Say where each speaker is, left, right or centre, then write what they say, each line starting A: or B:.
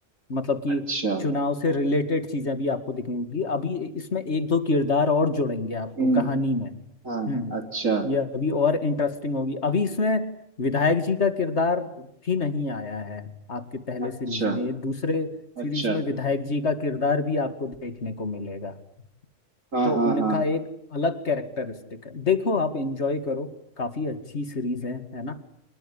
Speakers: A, on the left; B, on the right.
A: मतलब कि
B: अच्छा
A: चुनाव से रिलेटेड चीजें भी आपको दिखेंगी अभी इसमें एक दो किरदार और जुड़ेंगे आपको
B: हम्म
A: कहानी में
B: हाँ
A: हम्म
B: अच्छा
A: ये अभी और इंटरेस्टिंग होगी अभी इसमें विधायक जी का किरदार भी नहीं आया है आपके पहले
B: अच्छा
A: सीरीज में ये दूसरे
B: अच्छा
A: सीरीज में विधायक जी का किरदार भी आपको देखने को मिलेगा
B: हाँ
A: तो
B: हाँ
A: उनका
B: हाँ
A: एक अलग कैरेक्टरिस्टिक है देखो आप एंजॉय करो काफी अच्छी सीरीज है है ना